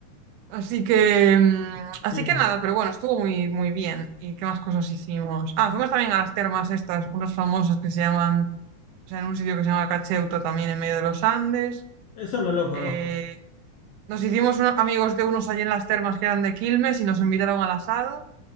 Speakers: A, on the right; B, on the left.
A: Así que, mm,
B: sí,
A: así que nada, pero bueno, estuvo muy, muy bien. ¿Y qué más cosas hicimos? Ah, fuimos también a las termas estas, unas famosas que se llaman, o sea, en un sitio que se llama Cacheuta también en medio de los Andes.
B: eso no lo conozco.
A: Eh, nos hicimos unos amigos de unos allí en las termas que eran de Quilmes y nos invitaron al asado.